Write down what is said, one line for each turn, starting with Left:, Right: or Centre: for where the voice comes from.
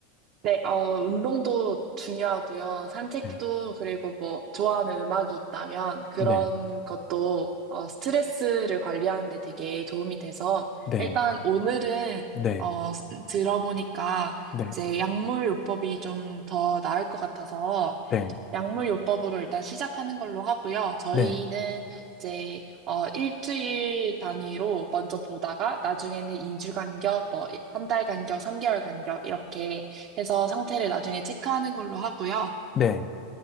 Right: 네, 어, 운동도 중요하고요. 산책도,
Left: 네,
Right: 그리고 뭐, 좋아하는 음악이 있다면, 그런
Left: 네,
Right: 것도, 어, 스트레스를 관리하는 데 되게 도움이 돼서,
Left: 네,
Right: 일단 오늘은,
Left: 네,
Right: 어, 스- 들어보니까,
Left: 네,
Right: 이제 약물요법이 좀 더 나을 것 같아서,
Left: 네,
Right: 약물요법으로 일단 시작하는 걸로 하고요. 저희는
Left: 네,
Right: 이제 어 일주일 단위로 먼저 보다가 나중에는 2주 간격, 뭐 한 달 간격, 3개월 간격 이렇게 해서 상태를 나중에 체크하는 걸로 하고요.
Left: 네,